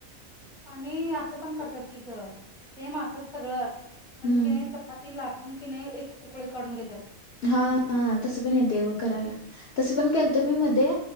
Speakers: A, in the centre; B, on the left (about 60°).
A: आणि असं पण करतात की गं सेम असंच सगळं. पण
B: हं.
A: की नाही चपाती लाटून. कि नाय एक उकळी काढून घेत्यात.
B: हा हा तसं पण येतंय बघ करायला. तसं पण केलतं
A: उकळी
B: मी मध्ये